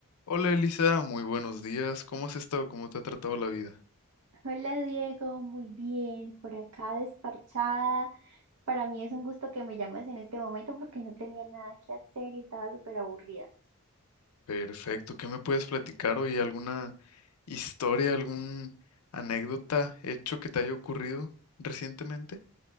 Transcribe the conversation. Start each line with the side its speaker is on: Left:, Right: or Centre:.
Left: Hola Elisa, muy buenos días. ¿Cómo has estado? ¿Cómo te ha tratado la vida?
Right: Hola Diego, muy bien, por acá desparchada. Para mí es un gusto que me llames en este momento porque no tenía nada que hacer y estaba súper aburrida.
Left: Perfecto. ¿Qué me puedes platicar hoy? ¿Alguna historia, alguna anécdota, hecho que te haya ocurrido recientemente?